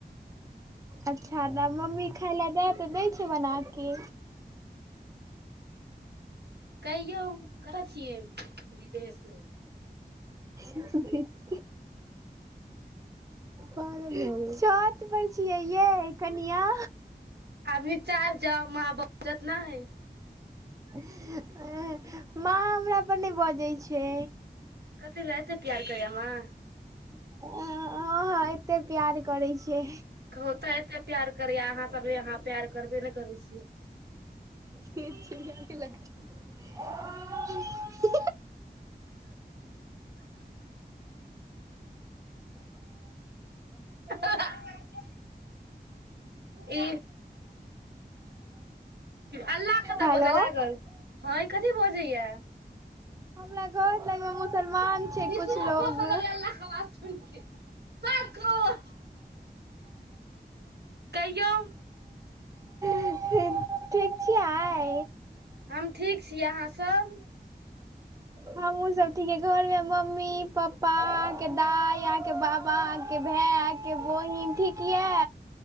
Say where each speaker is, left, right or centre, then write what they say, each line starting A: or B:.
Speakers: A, on the right; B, on the right.
A: अच्छा तऽ मम्मी खाय लै द तऽ दै छै बना के।
B: कहियौ कतऽ छियै। बिदेश मे।
A: खीस भिह। <unintelligible> पागल भ गेलै, छत पर छियै यै कनिया।
B: अभी चाह जाओ माँ बाजत नै।
A: इह माँ हमरा पर नै बजै छै।
B: कत्ते ले, अते प्यार करैये माँ।
A: अ हँ हँ एत्ते प्यार करै छै।
B: ओ तै एत्ते प्यार करैय अहाँ सब अहाँ प्यार करबे नै करै छियै।
A: खी चिड़िया ने लग। <unintelligible>
B: अह हहाऽ। <unintelligible> ई अल्ला कतऽ
A: हेलो
B: बजऽ लागल। है कथी बजैये।
A: हमरा घर लगमे मुसलमान छै
B: इसरो
A: कुछ लोग।
B: हंसऽ लगलै अल्ला के बात पर। <unintelligible> सात करोड़। कहियौ।
A: अखन ठिक छियै।
B: हम ठीक छी अहाँ सब।
A: हमहुँ सब ठीके, घरमे मम्मी पप्पा अहांँके दाय, अहाँ के बाबा, अहांँके भाइ अहां के बहिन ठीक यै?